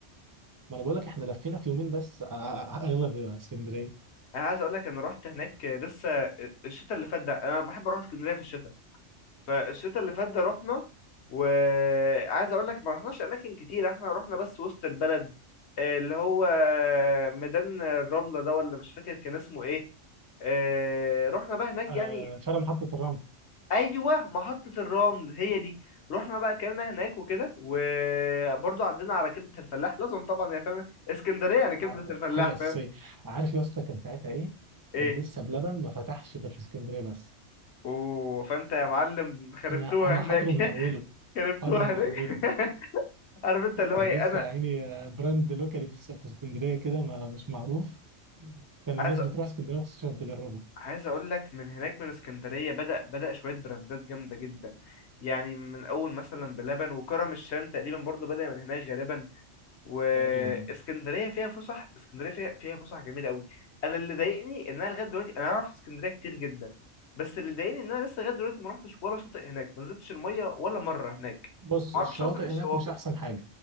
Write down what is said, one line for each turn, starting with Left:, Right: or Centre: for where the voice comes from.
Right: ما انا بقول لك احنا لفينا في يومين بس آه، آه، آه، اغلب اسكندريه
Left: انا عايز اقول لك انا رحت هناك لسه الشتاء اللي فات ده انا بحب اروح اسكندريه في الشتاء فالشتاء اللي فات ده رحنا وعايز اقول لك ما رحناش اماكن كتير احنا رحنا بس وسط البلد آه، اللي هو ميدان الرمله ده ولا مش فاكر كان اسمه ايه آه، رحنا بقى هناك
Right: آه،
Left: يعني
Right: شارع محطه الرمل
Left: ايوه محطه الرمل هي دي رحنا بقى اكلنا هناك وكده وبرضه عدينا على كبده الفلاح لازم طبعا يا فاهم اسكندريه يعني كبده
Right: آه،
Left: الفلاح
Right: حاجه اساسيه
Left: فاهم
Right: عارف يا اسطى كان ساعتها ايه
Left: ايه
Right: كان لسه بلبن ما فتحش غير في اسكندريه بس
Left: اوه فانت يا معلم خربتوها
Right: انا انا
Left: هناك
Right: حاضره من
Left: <laughs>
Right: اوله
Left: خربتوها
Right: حاضره من
Left: هناك
Right: اوله
Left: <laughs> عارف انت اللي هو
Right: كان
Left: ايه
Right: لسه
Left: انا
Right: يعني آه، براند لوكالي في الس- في اسكندريه كده ما مش معروف كان الناس
Left: عايز أ-
Right: بتروح اسكندريه مخصوص عشان تجربه
Left: عايز اقول لك من هناك من اسكندريه بدا بدا شويه براندات جامده جدا يعني من اول مثلا بلبن وكرم الشام تقريبا برضو بدا من هناك غالبا واسكندريه
Right: تقريبا
Left: فيها فسح اسكندريه فيها فيها فسح جميله قوي انا اللي ضايقني ان انا لغايه دلوقتي انا رحت اسكندريه كتير جدا بس اللي ضايقني ان انا لسه لغايه دلوقتي ما رحتش ولا شاطئ هناك ما نزلتش الميه ولا مره هناك
Right: بص
Left: ما
Right: الشواطئ
Left: اعرفش اصلا ايه الشواطئ
Right: هناك مش احسن حاجه